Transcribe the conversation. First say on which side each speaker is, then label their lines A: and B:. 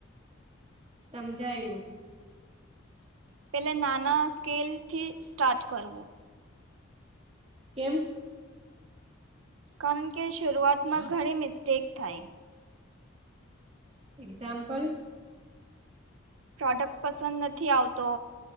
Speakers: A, on the right (about 30°); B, on the right (about 75°).
A: સમજાયું
B: પે નાના સ્કેલ થી સ્ટાર્ટ કરવું
A: કેમ
B: કારણણ કે શુરૂઆતમાં ઘણી મિસ્ટેક થઈ
A: એક્ઝામ્પલ
B: પ્રોડક્ટ પસંદ નથી આવતો